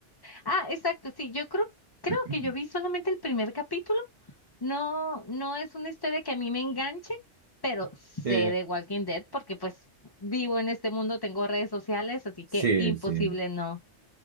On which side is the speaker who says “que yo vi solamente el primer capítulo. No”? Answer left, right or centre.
Left